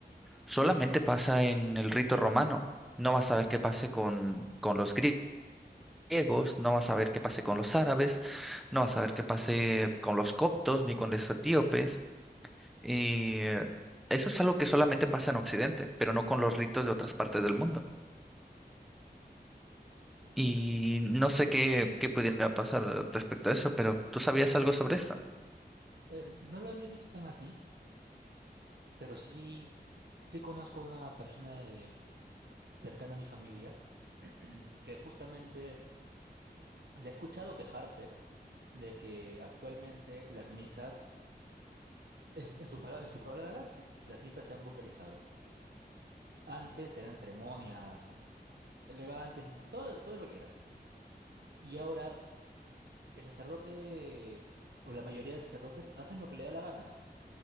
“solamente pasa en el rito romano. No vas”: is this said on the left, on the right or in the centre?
Centre